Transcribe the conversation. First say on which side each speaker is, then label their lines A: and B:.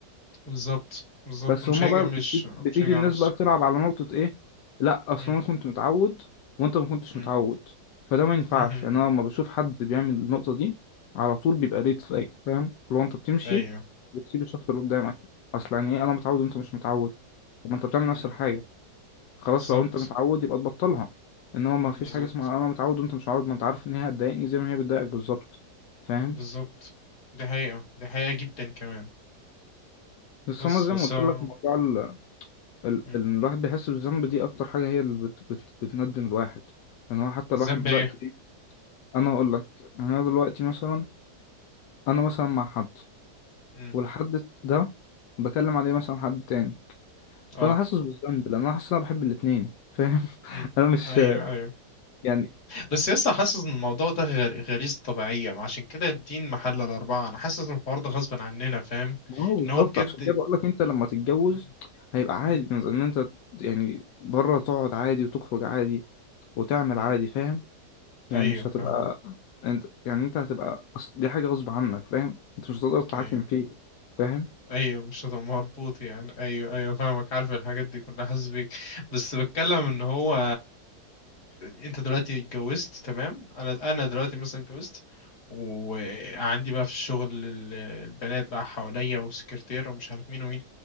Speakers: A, on the left; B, on the left.
A: بالظبط بالظبط
B: بس
A: مش
B: هما
A: هيجي
B: بقى
A: مش
B: بتيجي
A: مش
B: بتيجي
A: هيجي
B: الناس
A: على نفسه
B: بقى بتلعب على نقطة ايه لا اصل
A: مم.
B: انا كنت متعود وانت ما كنتش
A: مم.
B: متعود فده ما ينفعش
A: <laughs>
B: يعني انا لما بشوف حد بيعمل النقطة دي على طول بيبقى ريد فلاج فاهم لو انت بتمشي
A: ايوه
B: بتسيب الشخص اللي قدامك اصل يعني ايه انا متعود وانت مش متعود طب ما انت بتعمل
A: مم.
B: نفس الحاجة خلاص
A: بالظبط
B: لو انت متعود يبقى تبطلها انما ما فيش
A: بالظبط
B: حاجة اسمها انا متعود وانت مش متعود ما انت عارف ان هي هتضايقني زي ما هي بتضايقك بالظبط فاهم
A: بالظبط دي حقيقة دي حقيقة جدا كمان
B: بس
A: بس
B: انا زي
A: بس
B: ما قلت
A: هو-
B: لك موضوع ال- ال-
A: مم.
B: الواحد بيحس بالذنب دي اكتر حاجه هي اللي بت بت بتندم الواحد يعني هو حتى
A: الذنب
B: الواحد دلوقتي
A: ايه
B: إيه؟ انا اقول لك يعني انا دلوقتي مثلا انا مثلا مع حد
A: مم.
B: والحد ده بكلم عليه مثلا حد تاني
A: اه
B: فانا حاسس بالذنب لان انا حاسس ان انا بحب الاتنين فاهم <laughs>
A: مم.
B: انا مش
A: ايوه ايوه
B: يعني
A: بس لسه حاسس ان الموضوع ده غير غريزة طبيعية ما عشان كده الدين محل الأربعة انا حاسس ان الحوار ده غصب عننا فاهم
B: ما هو بالظبط
A: ان هو بجد
B: عشان كده بقول لك انت لما تتجوز
A: مم.
B: هيبقى عادي
A: مم.
B: ان انت يعني بره تقعد عادي وتخرج عادي وتعمل
A: مم.
B: عادي فاهم يعني
A: ايوه
B: مش هتبقى
A: فاهمك
B: انت يعني انت هتبقى أص- دي حاجة غصب عنك فاهم انت مش هتقدر تتحكم
A: ايوه
B: فيه فاهم
A: ايوه مش هتبقى مربوط يعني ايوه ايوه فاهمك عارف الحاجات دي كلها حاسس بيك بس بتكلم ان هو انت دلوقتي اتجوزت تمام انا انا دلوقتي مثلا اتجوزت وعندي بقى في الشغل ال- البنات بقى حواليا وسكرتيرة ومش عارف مين ومين